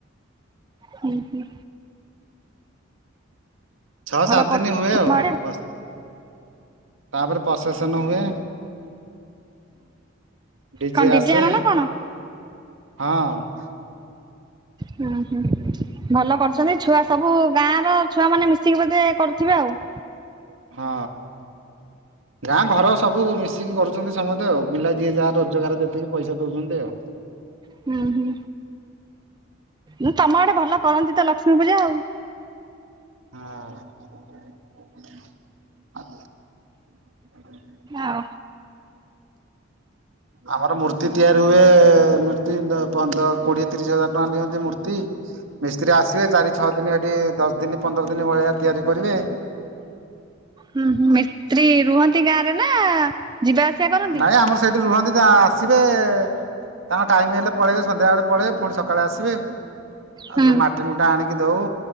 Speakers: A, on the right; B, on the right.
A: ହୁଁ ହୁଁ।
B: ଛଅ
A: ଭଲ
B: ସାତ
A: କରୁ
B: ଦିନ ହୁଏ
A: ତମ
B: ଆଉ
A: ଆଡେ
B: ପସ ତାପରେ ପଶ ପ୍ରଶେସନ ହୁଏ। ଡିଜେ
A: କଣ
B: ଆସେ
A: ଆଣ ନା କଣ?
B: ହଁ।
A: ହୁଁ ହୁଁ ଭଲ କରୁଛନ୍ତି ଛୁଆ ସବୁ ଗାଁ ର ଛୁଆ ମାନେ ମିଶିକି ବୋଧେ କରୁଥିବେ ଆଉ।
B: ହଁ। ଗାଁ ଘର ସବୁ ମିଶିକି କରୁଛନ୍ତି ସମସ୍ତେ ଆଉ ପିଲା ଯିଏ ଯାହା ରୋଜଗାର ଯେତିକି ପଇସା ଦଉଛନ୍ତି ଆଉ।
A: ହୁଁ ହୁଁ। ଉଁ ତମ ଆଡେ ଭଲ କରନ୍ତି ତ ଲକ୍ଷ୍ମୀ ପୂଜା ଆଉ।
B: ହଁ।
A: ଆଉ।
B: ଆମର ମୂର୍ତ୍ତି ତିଆରି ହୁଏ ମୂର୍ତ୍ତି ନ୍ଦ ପନ୍ଦର କୋଡିଏ ତିରିଶ ହଜାର ଟଙ୍କା ନିଅନ୍ତି ମୂର୍ତ୍ତି। ମିସ୍ତ୍ରୀ ଆସିବେ ଚାରି ଛଅ ଦିନ ଏଠି ଦଶ ଦିନ ପନ୍ଦର ଦିନ ଭଳିଆ ତିଆରି କରିବେ।
A: ହୁଁ ହୁଁ ମିସ୍ତ୍ରୀ ରୁହନ୍ତି ଗାଁ ରେ ନା? ଯିବା ଆସିବା କରନ୍ତି?
B: ନାଇଁ ଆମର ସେଇଠି ରୁହନ୍ତି ତା ଆସିବେ ତାଙ୍କ ଟାଇମ ହେଲେ ପଳେଇବେ ସନ୍ଧ୍ୟାବେଳେ ପଳେଇବେ ପୁଣି ସକାଳେ ଆସିବେ। ଆଉ
A: ହୁଁ।
B: ସବୁ ମାଟି ମୁଟା ଆଣିକି ଦଉ